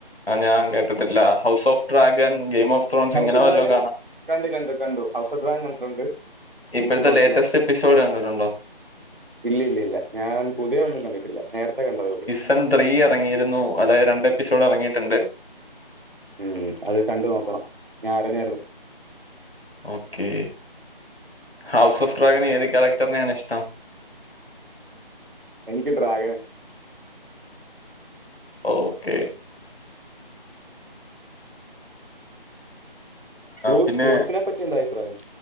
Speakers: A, on the left; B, on the right.
A: ആഹ് ഞാൻ കേട്ടിട്ടില്ല house of dragon game of Thrones
B: house
A: ഇങ്ങനെ
B: ഓഫ്
A: വല്ലതും
B: ഡ്രഗൻ
A: കാണാം
B: കണ്ട് കണ്ട് കണ്ടു ഹൗസ് ഓഫ് ഡ്രാഗൻ കണ്ടിട്ടുണ്ട് ഗെയിം
A: ഇപ്പഴത്തെ
B: ഓഫ് ത്രോൺസ്
A: ലേറ്റസ്റ്റ്
B: കണ്ടു
A: എപ്പിസോഡ് കണ്ടിട്ടുണ്ടോ?
B: ഇല്ല ഇല്ല ഇല്ല ഞാൻ പുതിയൊന്നും കണ്ടിട്ടില്ല നേരത്തെ കണ്ടതേള്ളൂ.
A: പൻ ത്രീ എറങ്ങിയിരുന്നു അതായത് രണ്ട് എപ്പിസോഡ് അറങ്ങിയിട്ടുണ്ട്.
B: ഉം അത് കണ്ട് നോക്കണം ഞാൻ അറിഞ്ഞാരുന്നു.
A: ഓക്കേ ഹൗസ് ഓഫ് ഡ്രാഗൻ ഏത് കാരക്ടർനെയാണ് ഇഷ്ടം
B: എനിക്ക് ഡ്രാഗനെ
A: ഓക്കെ
B: ബ്രോ
A: പിന്നെ
B: സ്പോർട്സിനെ പറ്റി എന്താ അഭിപ്രായം